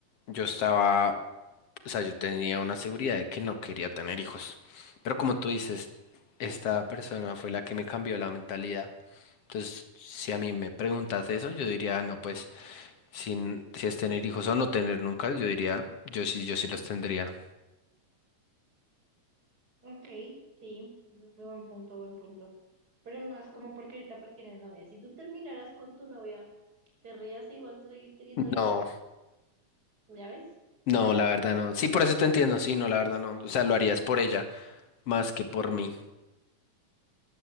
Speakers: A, on the left; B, on the right.
A: yo estaba, o sea, yo tenía una seguridad de que no quería tener hijos. Pero como tú dices, esta persona fue la que me cambió la mentalidad. Entonces, si a mí me preguntas eso, yo diría, no, pues. Sin, si es tener hijos o no tener nunca, yo diría, yo sí, yo sí los tendría.
B: Ok, sí, bu- buen punto, buen punto. Pero es más como porque ahorita pues tienes novia. Si tú terminaras con tu novia, ¿querrías igual tú seguir teniendo hijos?
A: No,
B: ¿Ya ves?
A: no, la verdad no. Sí, por eso te entiendo, sí, no, la verdad no. O sea, lo harías por ella más que por mí.